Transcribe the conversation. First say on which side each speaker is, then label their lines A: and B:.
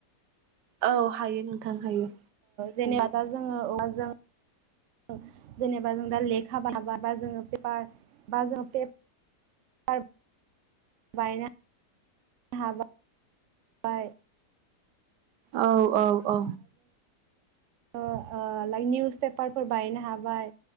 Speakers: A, on the right; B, on the right.
A: औ हायो नों थां हायो।
B: जेनेआ दा जोङो औव जों ओ जेनेबा जों दा लेखा बा-बा-बा जोङो पेपा बा जोंङो पेप <unintelligible> बायना हाबा आय
A: औ औ अ
B: ओ ओ लाइ निउस पेपारफोर बानायनो हाबाय